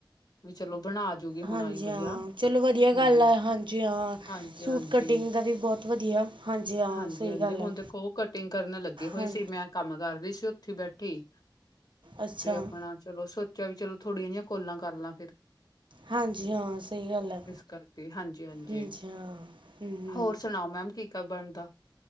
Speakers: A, on the left; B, on the right.
A: ਵੀ ਚਲੋ। ਬਣਾ ਜੂਗੀ, ਹੁਣ,
B: ਹਾਂਜੀ
A: ਆਈ ਹੋਈ
B: ਹਾਂ
A: ਆ।
B: ਚਲੋ ਵਧੀਆ ਗੱਲ
A: ਹਾਂਜੀ,
B: ਹੈ ਹਾਂ
A: ਹਾਂਜੀ-ਹਾਂਜੀ।
B: ਸੂਟ ਕਟਿੰਗ ਦਾ ਵੀ ਬਹੁਤ ਵਧੀਆ ਹਾਂ
A: ਹਾਂਜੀ-
B: ਸਹੀ
A: ਹਾਂਜੀ,
B: ਗੱਲ
A: ਹੁਣ,
B: ਹੈ
A: ਦੇਖੋ ਉਹ, ਕਟਿੰਗ ਕਰਨ ਲੱਗੇ ਹੋਏ
B: ਹਾਂ
A: ਸੀ। ਮੈਂ, ਕੰਮ ਕਰ ਰਈ ਸੀ। ਉੱਥੇ, ਬੈਠੀ
B: ਅੱਛਾ
A: ਤੇ, ਆਪਣਾ ਚਲੋ ਸ ਚਲ- ਚਲੋ ਥੋੜੀਆਂ ਜਿਹੀਆਂ ਕੋਲਾਂ ਕਰ ਲਾਂ, ਫੇਰ।
B: ਹਾਂਜੀ, ਹਾਂ। ਸਹੀ, ਗੱਲ ਹੈ।
A: ਕਰਕੇ ਹਾਂਜੀ ਹਾਂਜੀ
B: ਹੰਜੀ ਹਾਂ, ਹੂੰ-ਹੂੰ।
A: ਹੋਰ <unintelligible> ਕੀ ਕਰ ਬਣਦਾ।